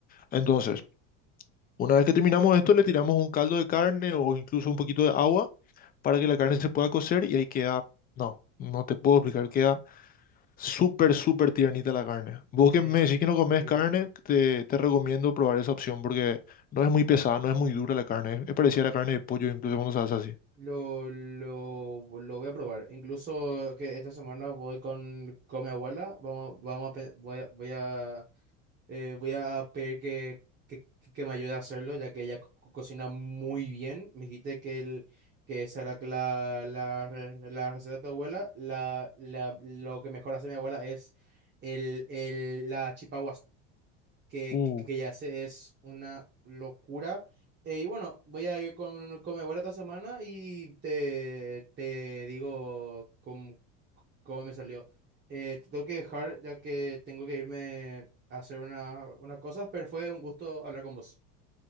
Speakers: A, on the left; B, on the right.
A: Entonces...
B: Ok,
A: Una vez que terminamos esto, le tiramos un caldo de carne o incluso un poquito de agua para que la carne se pueda cocer y ahí queda, no, no te puedo explicar,
B: no,
A: queda súper, súper tiernita la carne. Vos
B: me
A: que me decís
B: me
A: que no comes
B: imagino.
A: carne, te, te recomiendo probar esa opción porque no es muy pesada, no es muy dura la carne, es es parecida a la carne de pollo incluso cuando se hace así.
B: Lo, lo, lo voy a probar. Incluso que esta semana voy con, con mi abuela. Vamos, vamos a, pe- voy a, voy a, eh, voy a pedir que, que, que me ayude a hacerlo, ya que ella co- co- cocina muy bien. Me dijiste que, el, que esa era la, la, re- la receta de tu abuela. La, la, lo que mejor hace mi abuela es el, el, la chipa que,
A: Uh,
B: que, que ya se es una locura. Eh, y bueno, voy a ir con, con mi abuela esta semana y te, te digo cómo, cómo me salió. Eh, te tengo que dejar ya que tengo que irme a hacer una, unas cosas, pero fue un gusto hablar con vos.